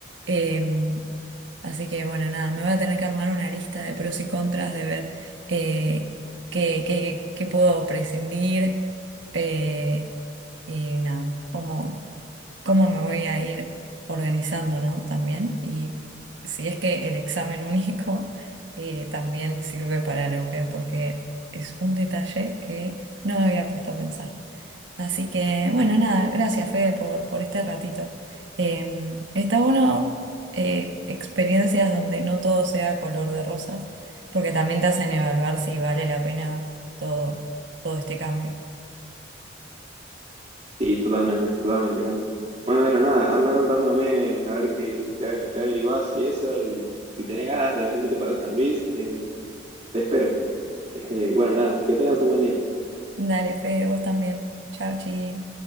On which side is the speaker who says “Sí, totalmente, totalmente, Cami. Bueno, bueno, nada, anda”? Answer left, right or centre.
Right